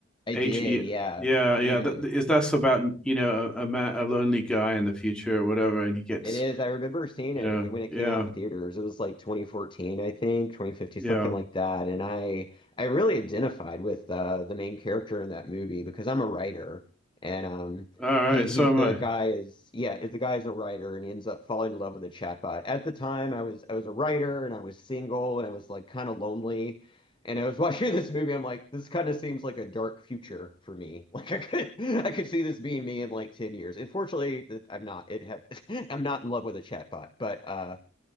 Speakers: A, on the left (about 25°); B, in the centre.
A: I
B: H
A: did.
B: E.
A: Yeah.
B: Yeah, yeah.
A: hmm
B: That, is that's about you know a, a man, a lonely guy in the future or whatever, and he gets
A: It is. I remember seeing
B: you
A: it
B: know,
A: when it
B: yeah.
A: came out in theaters. It was like 2014, I think, 2015,
B: Yeah.
A: something like that. And I I really identified with uh, the main character in that movie because I'm a writer, and um,
B: All right.
A: he
B: So
A: he the
B: am I.
A: guy is yeah the guy is a writer and he ends up falling in love with a chatbot. At the time, I was I was a writer and I was single and I was like kind of lonely, and I was watching <laughs> this movie, I'm like, this kind of seems like a dark future for me. <laughs> Like I could, I could see this being me in like 10 years. Unfortunately, I'm not. It had, <laughs> I'm not in love with a chatbot, but uh,